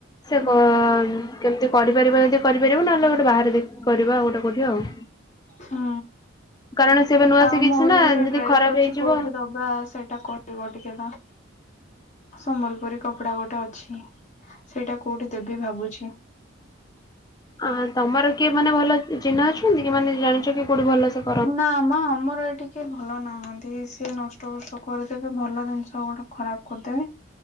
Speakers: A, on the left; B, on the left.
A: ସେ
B: ହୁଁ
A: କ କେମିତି କରିପାରିବ ଯଦି କରିପାରିବ ନହେଲେ ଗୋଟେ ବାହାରେ ଦେଖି କି କରିବା ଆଉ ଗୋଟେ କୋଉଠି ଆଉ
B: ହୁଁ
A: କାରଣ ସେ ଏବେ ନୂଆ
B: ଆଉ
A: ଶିଖିଛି
B: ମୋର
A: ନା
B: ଗୋଟେ
A: ଯଦି
B: ଡ୍ରେସ୍
A: ଖରାପ
B: ଅଛି
A: ହେଇଯିବ
B: କୋଉଠି ଦବ ବା ସେଇଟା କହିବ ଟିକେ ନା ସମ୍ବଲପୁରୀ କପଡା ଗୋଟେ ଅଛି ସେଇଟା କୋଉଠି ଦେବି ଭାବୁଛି
A: ଆଁ ତମର କିଏ ମାନେ ଭଲ ଚିହ୍ନା ଅଛନ୍ତି କି ମାନେ ଜାଣିଛ କି କୋଉଠି ଭଲ ସେ
B: ନା ମ ଆମର ଏଠି ଏ ଭଲ ନାହାଁନ୍ତି ସିଏ ନଷ୍ଟ ଫଷ୍ଟ କରିଦେବେ ଭଲ ଜିନିଷ ଗୋଟେ ଖରାପ କରଦେବେ